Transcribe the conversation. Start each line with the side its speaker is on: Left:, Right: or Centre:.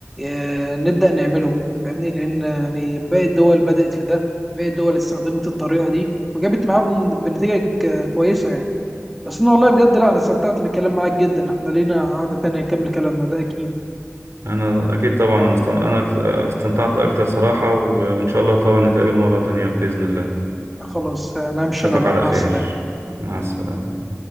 Centre: آه، نبدا نعمله فاهمني لان يعني باقي الدول بدات في ده باقي الدول استخدمت الطريقه دي وجابت معاها بن- بنتيجه ك- كويسه يعني بس انا والله بجد لا انا استمتعت بالكلام معاك جدا احنا لينا قعده تانية نكمل كلامنا ده اكيد
Right: انا اكيد طبعا انا است... انا استمتعت اكتر صراحه و... وان شاء الله طبعا نتقابل مره تانية باذن الله
Centre: خلاص انا امشي
Right: اشوفك
Centre: انا بقى
Right: على
Centre: مع
Right: خير
Centre: السلامة
Right: مع السلامه